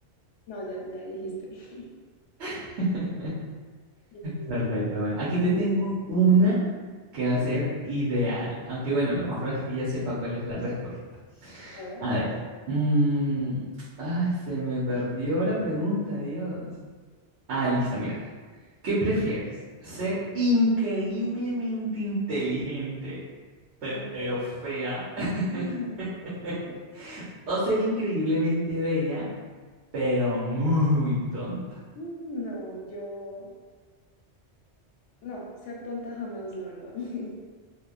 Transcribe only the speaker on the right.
<laughs>
Perfecto, bueno, aquí te tengo una que va a ser ideal, aunque bueno, lo más probable es que ya sepa cuál es la respuesta.
A ver, mm, ay, se me perdió la pregunta, Dios. Ah, listo, mira, ¿qué prefieres? ¿Ser increíblemente inteligente,
pero fea? <laughs>
¿O ser increíblemente bella, pero muy tonta?